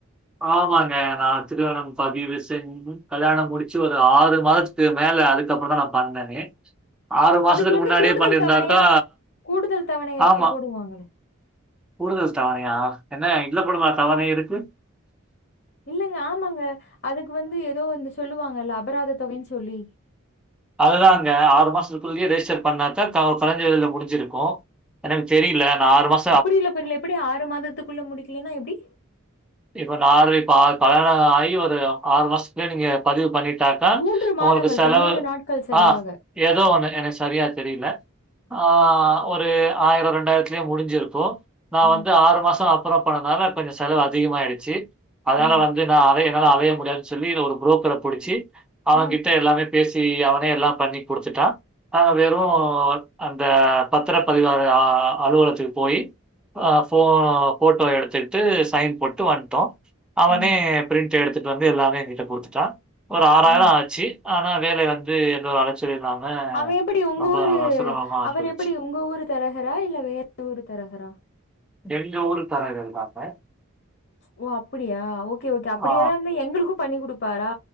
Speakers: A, in the centre; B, on the left.
A: ஆமாங்க, நா திருமணம் பதிவு செஞ் ம், கல்யாணம் முடிச்சு ஒரு ஆறு மாதத்துக்கு மேல அதுக்கப்பறந்தா நா பண்ணனே ஆறு மாசத்துக்கு
B: அதுக்கு வந்து
A: முன்னாடியே
B: கூடுதல்
A: பண்ணிருந்தாக்கா
B: தவணையா கூடுதல் தவணை ஏதோ
A: ஆமா
B: போடுவாங்களே
A: கூடுதல் தவணையா, என்ன இதுல கூடவா தவணை இருக்கு
B: இல்லங்க ஆமாங்க அதுக்கு வந்து ஏதோ வந்து சொல்லுவாங்கல்ல அபராதத்தொகைனு சொல்லி
A: அதுதாங்க ஆறு மாசத்துக்குள்ளயே ரெஜிஸ்டர் பண்ணாதா த கொறஞ்ச வெலைல முடிஞ்சிருக்கு எனக்கு தெரில நா ஆறு மாச
B: புரியல புரியல எப்படி ஆறு மாதத்துக்குள்ள முடிக்கலைனா எப்டி
A: இப்ப நா ஆறு இப்ப ஆறு கல்யாண ஆகி ஒரு ஆறு மாசத்துலயே நீங்க பதிவு பண்ணிட்டா தா
B: மூன்று மாதங்கள்
A: உங்களுக்கு செலவு
B: தொண்ணூறு நாட்கள் சரியாக
A: ஆ, ஏதோ ஒன்னு எனக்கு சரியா தெரில, ஆ ஒரு ஆயிரம் ரெண்டாயிரத்துலயே முடிஞ்சிருக்கு நா
B: ம்
A: வந்து ஆறு மாசோ அப்பறமா பண்ணதுனால கொஞ்சோ செலவு அதிகமாயிடுச்சு அதனால
B: ம்
A: வந்து நா அலைய என்னால அலைய முடியாதுன்னு சொல்லி ஒரு புரோக்கர புடிச்சு அவகிட்ட
B: ம்
A: எல்லாமே பேசி சி அவனே எல்லா பண்ணி குடுத்துட்டா நாங்க வெறு அந்த பத்திர பதிவு அ அலுவலத்துக்கு போயி அ ஃபோ ஃபோட்டோ எடுத்துகிட்டு சைன் போட்டு வந்ட்டோ அவனே
B: ம்
A: பிரிண்ட் எடுத்துட்டு வந்து எல்லாமே என்கிட்ட குடுத்துட்டா ஒரு ஆறாயிரம்
B: ம்
A: ஆச்சு ஆனா வேலை வந்து ஏதோ அலை ச்சல் இல்லாம
B: அவ எப்படி உங்க
A: ரொம்ப
B: ஊரு
A: சுலபமா
B: அவர்
A: போயிடுச்சு.
B: எப்படி உங்க ஊரு தரகரா இல்ல வேற ஊரு தரகரா
A: எங்க ஊரு தரகதுதாங்க
B: ஓ அப்புடியா ஓகே ஓகே அப்படிய
A: ஆ
B: ஏதா இருந்தா எங்களுக்கு பண்ணி குடுப்பாரா